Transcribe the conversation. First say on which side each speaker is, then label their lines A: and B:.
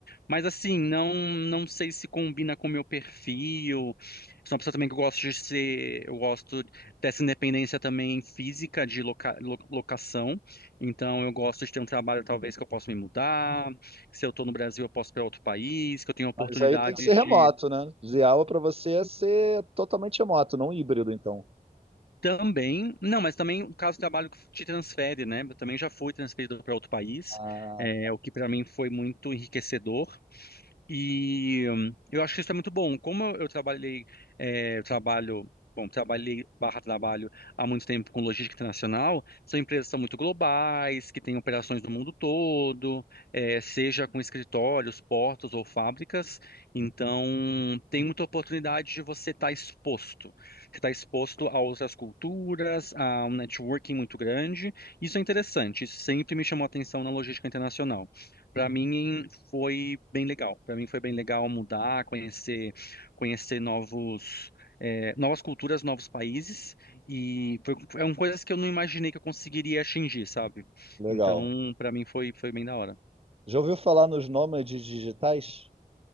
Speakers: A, on the left; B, on the right.
A: Mas assim, não não sei se combina com o meu perfil. Sou uma pessoa também que eu gosto de ser, eu gosto dessa independência também física de loca, lo- locação. Então eu gosto de ter um trabalho talvez que eu possa me mudar, que se eu estou no Brasil eu posso ir para outro país, que eu tenho oportunidades
B: Mas aí tem que ser
A: de
B: remoto, né? Ziaula pra você é ser totalmente remoto, não híbrido, então.
A: também, não, mas também o caso do trabalho que te transfere, né? Eu também já fui transferido para outro país,
B: Ah,
A: é, o que para mim foi muito enriquecedor. E hum, eu acho que isso é muito bom. Como eu eu trabalhei, é, eu trabalho, bom, trabalhei, barra trabalho há muito tempo com logística internacional, são empresas que são muito globais, que têm operações do mundo todo, é, seja com escritórios, portos ou fábricas. Então, tem muita oportunidade de você estar exposto. Você está exposto a outras culturas, a um networking muito grande. Isso é interessante, isso sempre me chamou a atenção na logística internacional. Para mim, foi bem legal. Para mim foi bem legal mudar, conhecer, conhecer novos, eh, novas culturas, novos países e foi, eram coisas que eu não imaginei que eu conseguiria atingir, sabe?
B: legal.
A: Então, para mim foi foi bem da hora.
B: Já ouviu falar nos nômades digitais?